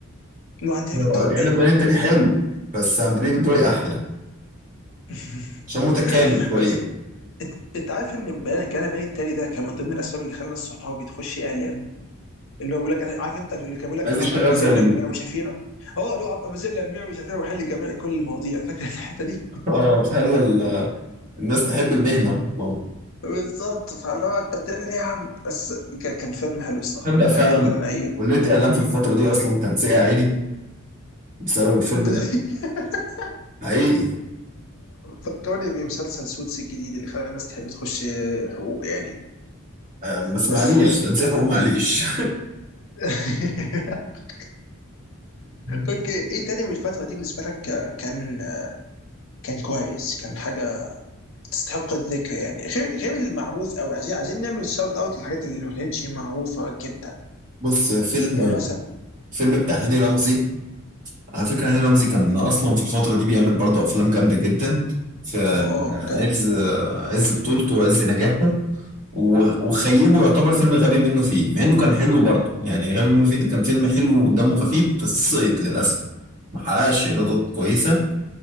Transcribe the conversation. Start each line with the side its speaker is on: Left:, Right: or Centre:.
Left: انه عند تقريبا
Right: هو
Left: الدور
Right: أجانب
Left: ايه
Right: باين التاريخ حلو بس عندليب الدقي أحلى
Left: <laughs>
Right: عشان متكامل شوية
Left: بس إت- انت عارف ان بيان- جانا البيان التالي ده كان من ضمن الاسباب اللي خلى ناس صحابي تخش اعلام اللي هو بيقول لك أنا- عارف انت اللي كان بيقول لك
Right: عايز
Left: انا
Right: يشتغل
Left: هبقى مذيع
Right: زيه
Left: لميع وشفيع اه اللي هو هبقى مذيع لميع وشفيع واحل جميع كل المواضيع فاكر الحته دي
Right: <laughs> اه خلى ال- الناس تحب المهنة أصلا
Left: بالظبط فاللي هو انت بتعمل ايه يا عم بس ك- كان فيلم حلو الصراحه
Right: تصدق
Left: من الحاجات
Right: فعلا
Left: اللي بقول انا ايه
Right: كلية إعلام في الفترة دي أصلا تنسيق عادي بسبب الفيلم
Left: <laughs>
Right: ده حقيقي
Left: فكرني بمسلسل سوتس الجديد اللي خلى الناس تحب تخش حقوق يعني
Right: أم، بس
Left: بس
Right: معليش تنسيق هو معليش
Left: <laughs>
Right: <laughs>
Left: اوكي ايه تاني من الفتره دي بالنسبه لك كان كان كويس كان حاجه تستحق الذكر يعني غير غير المعروف قوي عايزين عايزين نعمل شاوت اوت للحاجات اللي ما كانتش معروفه جدا
Right: بص فيلم
Left: يعني مثلا
Right: فيلم بتاع هاني رمزي على فكرة هاني رمزي كان أصلا في الفترة دي بيعمل برضه أفلام جامدة جدا في
Left: اه اه
Right: عز
Left: بجد
Right: عز بطولته وعز نجاحه و- وخيبه يعتبر فيلم غبي منه فيه مع إنه كان حلو برضه يعني غبي منه فيه ده كان فيلم حلو ودمه خفيف بس سقط للأسف محققش إيرادات كويسة